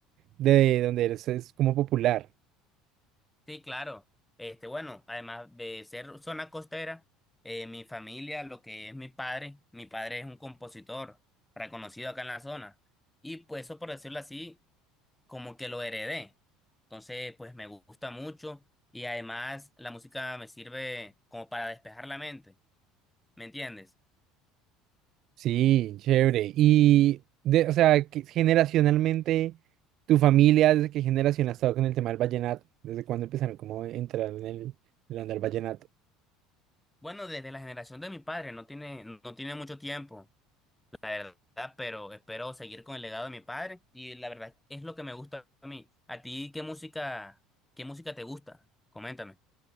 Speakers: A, on the right (about 50°); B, in the centre.
A: de donde eres es como popular.
B: Sí, claro. Este, bueno, además de ser zona costera, eh, mi familia, lo que es mi padre, mi padre es un compositor reconocido acá en la zona. Y pues eso, por decirlo así, como que lo heredé. Entonces, pues me gusta mucho y además la música me sirve como para despejar la mente, ¿me entiendes?
A: Sí, chévere. Y, de, o sea, que generacionalmente, tu familia, ¿desde qué generación ha estado con el tema del vallenato? ¿Desde cuándo empezaron como a entrar en el, en la onda del vallenato?
B: Bueno, desde la generación de mi padre, no tiene, no tiene mucho tiempo. la verdad, pero espero seguir con el legado de mi padre y la verdad es lo que me gusta a mí. ¿A ti qué música, qué música te gusta? Coméntame.